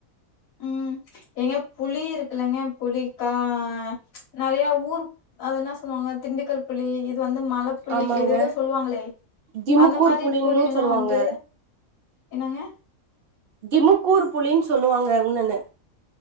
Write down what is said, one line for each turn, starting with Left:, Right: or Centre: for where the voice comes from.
Left: ம் ஏங்க புளி இருக்குலங்க புளிக்கா நறைய ஊர் அது என்ன சொல்லுவாங்க திண்டுக்கல் புளி இது வந்து மலப் புளி
Right: ஆமாங்க
Left: எதேதோ சொல்லுவாங்களே
Right: திமுக்கூர்
Left: அந்த மாரி
Right: புளின்னு
Left: புளி எல்லாம்
Right: சொல்லுவாங்க
Left: வந்து என்னங்க
Right: திமுக்கூர் புளினு சொல்லுவாங்க உன்னோன்னு